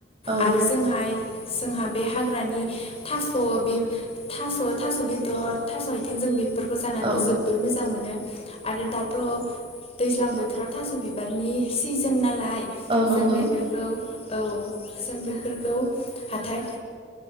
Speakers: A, on the right; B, on the left.
A: औ
B: आरो जोंहाय जोंहा बे हाग्रानि थास' बे थास' थास' बेदर थास' आथिं जों बेफोरखौ जानानैथ'
A: औ
B: जोबोद मोजां मोनो आरो दाथ' दैज्लां बोथोराव थास' बिबारनि सिजोन नालाय
A: औ नंगौ
B: जों बेफोरखौ औ जों बेफोरखौ हाथाइ